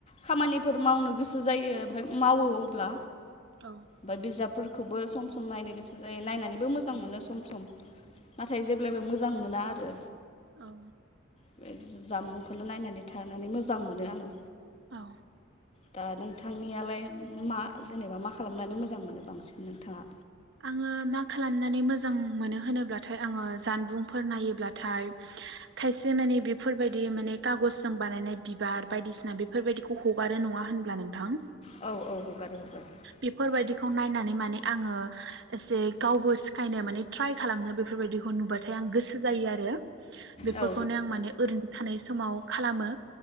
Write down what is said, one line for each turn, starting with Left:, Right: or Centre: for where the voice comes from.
Left: खामानिफोर मावनो गोसो जायो ओमफाय मावो अब्ला
Right: औ
Left: बा बिजाबफोर खौबो सम सम नायनो गोसो जायो नायनानैबो मोजां मोनो सम सम नाथाय जेब्लबो मोजां मोनो मोना आरो
Right: औ
Left: बे जामुंखौनो नायनानै थानानै मोजां मोनो आङो
Right: औ
Left: दा नोंथांनियालाय मा जेनेबा मा खालामनानै मोजां मोनो बांसिन नोंथाङा
Right: आङो मा खालामनानै मोजां मोनो होनोब्लाथाय आङो जानबुंफोर नायोब्लाथाय खायसे माने बेफोरबायदि माने कागजजों बानायनाय बिबार बायदिसिना बेफोरबायदिखौ हगारो नङा होनब्ला नोंथां
Left: औ हगारो हगारो
Right: बेफोर बायदिखौ नायनानै माने आङो एसे गावबो सिखायनो माने ट्राय खालामनो बेफोरबायदिखौ नुबाथाय आं गोसो जायो आरो बेफोरखौनो
Left: औ
Right: आं माने ओरैनो थानाय समाव खालामो